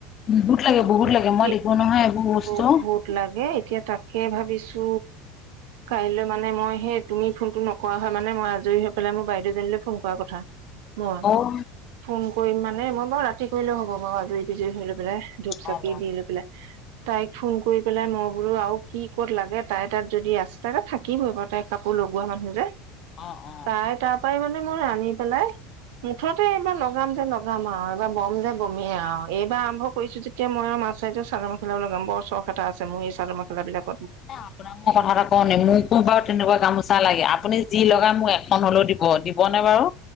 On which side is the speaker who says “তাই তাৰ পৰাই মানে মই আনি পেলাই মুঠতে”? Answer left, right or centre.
Right